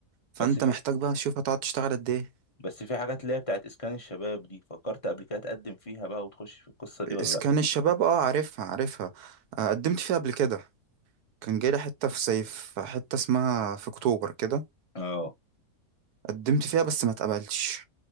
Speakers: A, on the right; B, on the left.
A: فانت
B: بس في
A: محتاج بقى تشوف هتقعد تشتغل قد ايه
B: بس في حاجات اللي هي بتاعت اسكان الشباب دي فكرت قبل كده تقدم فيها بقى وتخش في القصه دي
A: اسكان
B: ولا لا
A: الشباب اه عارفها عارفها آه، قدمت فيها قبل كده كان جاي لي حته في صيف حته اسمها في اكتوبر كده
B: اه
A: قدمت فيها بس ما اتقبلتش